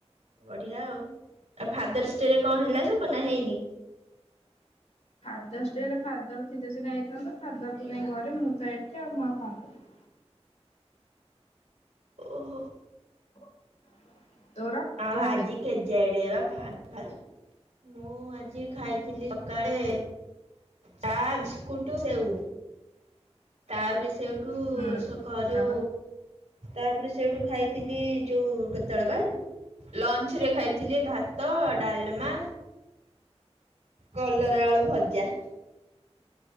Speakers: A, on the right (about 80°); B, on the left (about 75°).
A: ବଢିଆ ଆଉ। ଆଉ ଫାଦର୍ସ ଡେ ରେ କଣ ହେଲା ସବୁ ନା ହେଇନି।
B: ଫାଦରସ ଡେ ଫାଦର୍ ଥିଲେ ସିନା ହେଇଥାନ୍ତା ଫାଦର ତ ଯାଇ ଘରେ ମୁଁ ତ ଏଠି ଆଉ ମୁଁ ଆଉ କଣ କରିବି।
A: ଓହୋ।
B: <inaudible>
A: ଆଉ
B: ତୁ କଣ
A: ଆଜି
B: ଖାଇଛୁ?
A: କେ ଯଡେଇ ବା। ମୁଁ ଆଜି ଖାଇଥିଲି ସକାଳେ ଚା ବିସ୍କୁଟ ସେଓ। ତାପରେ ସେଇଠୁ
B: ହୁଁ
A: ଘରୁ
B: ତାପରେ
A: ତାପରେ ସେଇଠୁ ଖାଇଥିଲି ଯୋଉ କେତେବେଳ ବା? ଲଞ୍ଚ ରେ ଖାଇଥିଲି ଭାତ ଡାଲମା। କଲରା ଆଳୁ ଭଜା।